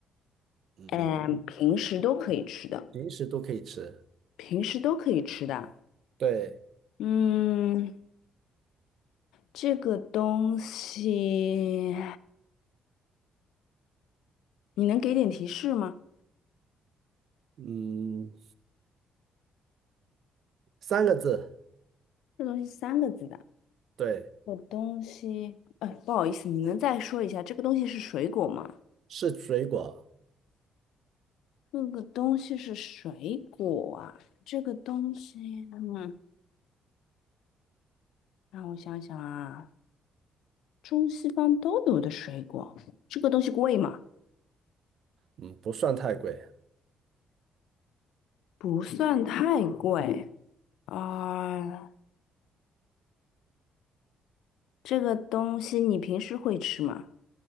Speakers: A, on the right; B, on the left.
A: 嗯，
B: 嗯，平时都可以吃的？
A: 平时都可以吃，
B: 平时都可以吃的啊。
A: 对，
B: 嗯，这个东西，你能给点提示吗？
A: 嗯，三个字，
B: 这东西三个字的。
A: 对，
B: 这个东西，哎，不好意思，你能再说一下，这个东西是水果吗？
A: 是水果，
B: 这个东西是水果啊，这个东西，嗯，让我想想啊，中西方都有的水果，这个东西贵吗？
A: 嗯，不算太贵，
B: 不算太贵啊，这个东西你平时会吃吗？